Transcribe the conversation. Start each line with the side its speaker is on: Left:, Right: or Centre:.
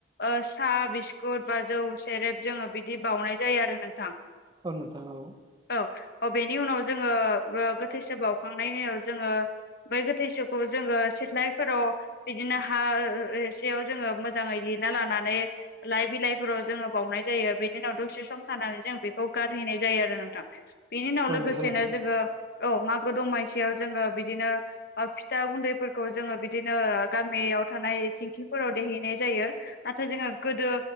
Left: ओ साहा बिस्कुट बा जौ सेरेब जोङो बिदि बानाय जायो आरो नोंथां।
Right: औ नोंथां औ।
Left: औ औ बेनि उनाव जोङो गोथैसो बावखांनायनि उनाव जोङो बै गोथैसोखौ जोङो सिथ्लायफोराव बिदिनो हा एसेयाव जोङो मोजाङै लिरना लानानै लाइ बिलाइफोराव जोङो बावनाय जायो बेनि उनाव दसे सम थानानै जों बेखौ गारहैनाय जायो आरो नोंथां। बिनि उनाव
Right: औ
Left: लोगोसेनो
Right: नंगौ नोंथां
Left: जोङो औ मागो दमासियाव जोङो बिदिनो ओ फिथा गुन्दैफोरखौ जोङो बिदिनो गामियाव थानाय थेंखिफोराव देहैनाय जायो नाथाय जोङो गोदो